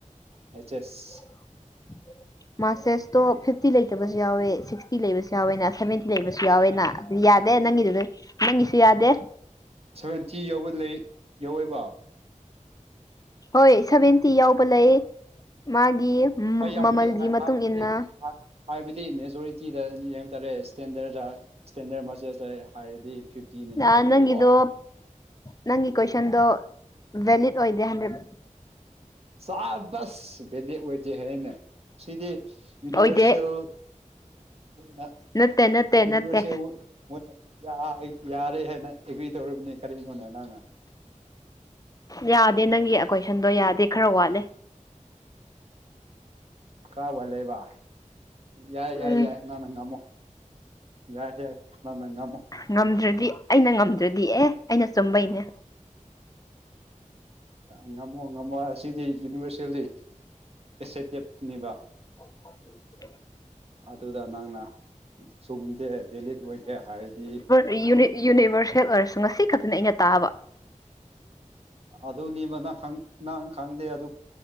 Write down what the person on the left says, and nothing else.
<inaudible> ꯃꯥꯆꯦꯁꯇꯣ ꯐꯤꯞꯇꯤ ꯂꯩꯇꯕꯁꯨ ꯌꯥꯎꯋꯦ ꯁꯤꯛꯁꯇꯤ ꯂꯩꯕꯁꯨ ꯌꯥꯎꯋꯦꯅ ꯁꯚꯦꯟꯇꯤ ꯂꯩꯕꯁꯨ ꯌꯥꯎꯋꯦꯅ ꯌꯥꯗꯦ ꯅꯪꯒꯤꯗꯨ ꯅꯪꯒꯤꯁꯨ ꯌꯥꯗꯦ
ꯍꯣꯏ ꯁꯚꯦꯟꯇꯤ ꯌꯥꯎꯕ ꯂꯩ ꯃꯥꯒꯤ ꯃ-
ꯃꯃꯜꯒꯤ
ꯃꯇꯨꯡ
ꯏꯟꯅ
ꯑꯥ,
ꯅꯪꯒꯤꯗꯣ ꯅꯪꯒꯤ ꯀꯣꯏꯁꯟꯗꯣ ꯚꯦꯂꯤꯠ ꯑꯣꯏꯗꯦ ꯍꯟꯗꯛ
ꯑꯣꯏꯗꯦ
ꯅꯠꯇꯦ ꯅꯠꯇꯦ
ꯅꯠꯇꯦ
ꯌꯥꯗꯦ ꯅꯪꯒꯤ ꯀꯣꯏꯁꯟꯗꯣ ꯌꯥꯗꯦ ꯈꯔ ꯋꯥꯠꯂꯦ
ꯎꯝ
ꯉꯝꯗ꯭ꯔꯗꯤ ꯑꯩꯅ ꯉꯝꯗ꯭ꯔꯗꯤ ꯑꯦ ꯑꯩꯅ ꯆꯨꯝꯕꯩꯅꯦ
<unintelligible>
ꯔꯤꯌꯨꯅꯤ ꯌꯨꯅꯤꯕꯔꯁꯦꯜ ꯑꯣꯏꯔꯁꯨ ꯉꯁꯤ ꯈꯛꯇꯅꯦ ꯑꯩꯅ ꯇꯥꯕ